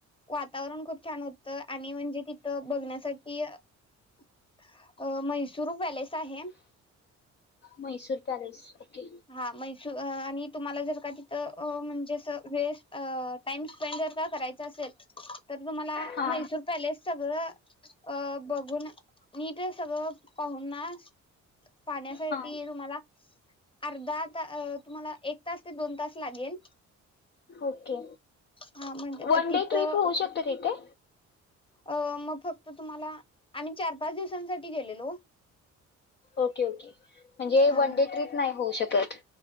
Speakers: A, on the left (about 15°); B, on the left (about 35°).
A: वातावरण खूप छान होतं आणि म्हणजे तिथं बघण्यासाठी हे म्हैसूर पॅलेस आहे.
B: म्हैसूर पॅलेस ओके
A: हा म्हैसूर आणि तुम्हाला जर का ती तर म्हणजे अस वेस्ट टाइम स्पेंज जर का करायच असेल तर तुम्हाला
B: हा
A: म्हैसूर पॅलेस सगळं अ बघून नीट सगळं पाहून ना पाहण्यासाठी
B: हा
A: तुम्हाला अर्धा तुम्हाला एक तास ते दोन तास लागेल.
B: ओके
A: हा म्हणजे
B: वन
A: तिथं
B: डे ट्रिप होऊ शकते तिथे?
A: अ मग फक्त तुम्हाला आम्ही चार पाच दिवसांसाठी गेलेलो.
B: ओके-ओके म्हणजे
A: हा
B: वन
A: मग
B: डे ट्रीप नाही होऊ शकत.